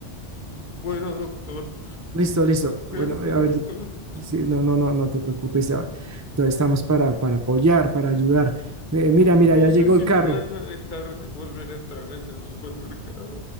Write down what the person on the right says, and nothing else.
Listo, listo. Bueno,
eh, a
ver, sí, no, no, no, no te preocupes. a- Entonces estamos para, para apoyar, para ayudar. Eh, mira, mira,
ya
llegó
el
carro.